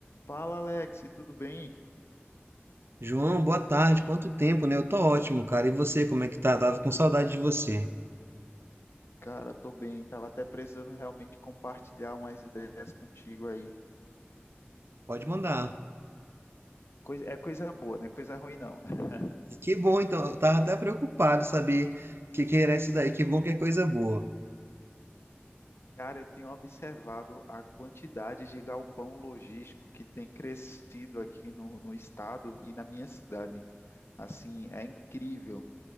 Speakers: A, on the left; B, on the right.
A: Fala Alex, tudo bem?
B: João, boa tarde. Quanto tempo, né? Eu tô ótimo, cara. E você, como é que tá? Tava com saudade de você.
A: Cara, tô bem. Tava até precisando realmente compartilhar umas ideias contigo aí.
B: Pode mandar.
A: Coisa- é coisa boa, não é coisa ruim não. <laughs>
B: Que bom, então. Eu tava até preocupado saber o que que era isso daí. Que bom que é coisa boa.
A: Cara, eu tenho observado a quantidade de galpão logístico que tem crescido aqui no, no estado e na minha cidade. Assim, é incrível.